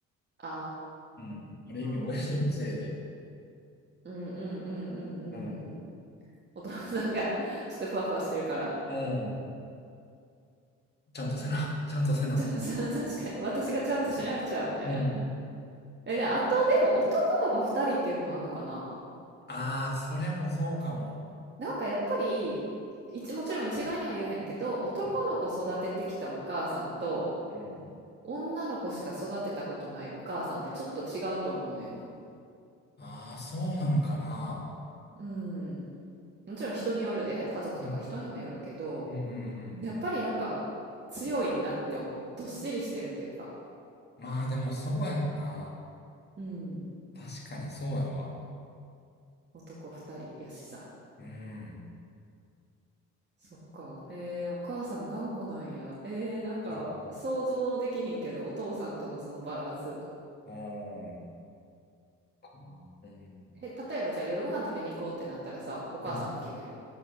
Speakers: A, on the right; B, on the left.
A: あ
B: うん。ある意味、親父のせいで。
A: あ、うんうん。うんうんうんうんうんうん。
B: うん。
A: お父さんが <laughs> ちょっとふわふわしてるから。
B: うん。ちゃんとせな。ちゃんとせな。
A: <laughs> ちゃ、<laughs> そう確かに私がちゃんとしなくちゃみたいな。
B: うん。
A: え、で、あとでも男の子2人っていうのもあんのかな
B: ああ、それもそうかも。
A: なんかやっぱり、一、もちろん一概には言えへんけど、男の子育ててきたお母さんと、
B: うんうん。
A: 女の子しか育てたことないお母さんってちょっと違うと思うねんな。
B: ああー、そうなんかな。
A: うん。もちろん人によるで、家族とか人にもよるけど、
B: うん。うんうんうん。
A: やっぱりなんか強いなって思う。どっしりしてるっていうか。
B: まあ、でもそうやんな。
A: うん。
B: 確かにそうやわ。
A: 男二人やしさ。
B: うん。
A: そっか。ええ、お母さん頑固なんや。えー、なんか想像できひんけど、
B: 違う。
A: お父さんとのそのバランス。
B: うん。かな。う
A: え、例えばじゃあ夜ご飯食べに行こうってなったらさ、お母さんが決める。
B: ん。